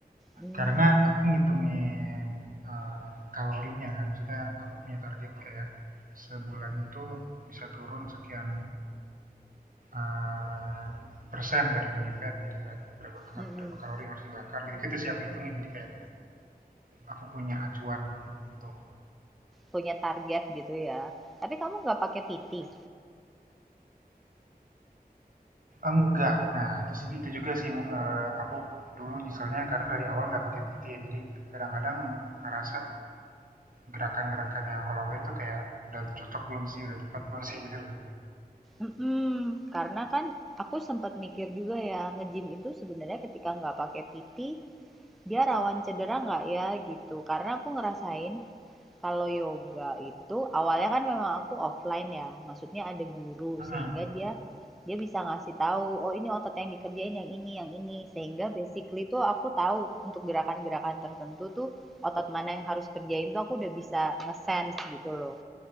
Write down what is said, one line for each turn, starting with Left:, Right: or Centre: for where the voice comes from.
Centre: Hmm,
Right: Karena aku ngitungin, eee, kalorinya kan, maksudnya aku punya target kayak sebulan itu bisa turun sekian, eee, persen dari body fat, jadi kayak berapa
Centre: mm-mm.
Right: berapa kalori yang harus dibakar jadi kita siap hitungin, jadi kayak aku punya acuan gitu.
Centre: Punya target gitu ya. Tapi kamu nggak pakai PT?
Right: Enggak, nah itu sih itu juga sih, eee, aku dulu misalnya karena dari awal nggak pakai PT ya, jadi kadang-kadang ngerasa gerakan-gerakan yang aku lakuin tuh kayak udah cocok belum sih, udah tepat belum sih gitu loh.
Centre: Mhm, karena kan aku sempat mikir juga ya, nge-gym itu sebenarnya ketika nggak pakai PT, dia rawan cedera nggak ya gitu. Karena aku ngerasain kalau yoga itu awalnya kan memang aku offline ya, maksudnya ada guru
Right: Mhm.
Centre: sehingga dia dia bisa ngasih tahu, oh ini otot yang dikerjain yang ini, yang ini. Sehingga basically tuh aku tahu untuk gerakan-gerakan tertentu tuh otot mana yang harus kerjain tuh aku udah bisa nge-sense gitu loh.